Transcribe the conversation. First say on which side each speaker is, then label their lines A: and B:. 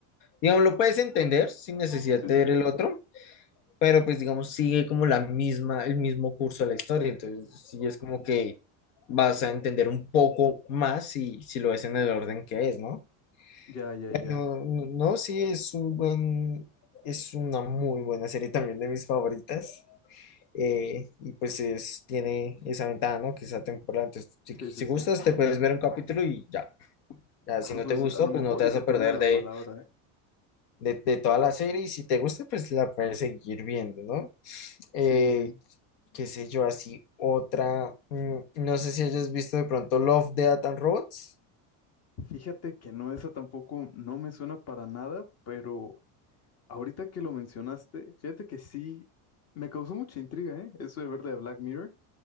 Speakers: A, on the left; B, on the left.
A: Digamos, lo puedes entender sin necesidad
B: Sí,
A: de
B: sí.
A: ver el otro, pero pues digamos sigue como la misma, el mismo curso de la historia, entonces sí es como que vas a entender un poco más si, si lo ves en el orden que es, ¿no?
B: Ya, ya,
A: Bueno,
B: ya.
A: no, no, sí es un buen, es una muy buena serie también de mis favoritas. eh, y pues es, tiene esa ventaja, ¿no? Que esa temporada, entonces si,
B: Sí,
A: si
B: sí, sí.
A: gustas te puedes ver un capítulo y ya. Ya,
B: Ah,
A: si no
B: pues
A: te gustó,
B: a lo mejor
A: pues no te vas
B: y te
A: a
B: tomo
A: perder
B: la
A: de
B: palabra, ¿eh?
A: de, de toda la serie y si te gusta, pues la puedes seguir viendo, ¿no? Eh,
B: Sí, sí, sí.
A: qué sé yo, así otra, mm, no sé si hayas visto de pronto Love, Death and Robots.
B: Fíjate que no, esa tampoco no me suena para nada, pero ahorita que lo mencionaste, fíjate que sí, me causó mucha intriga, ¿eh? Eso de ver la de Black Mirror.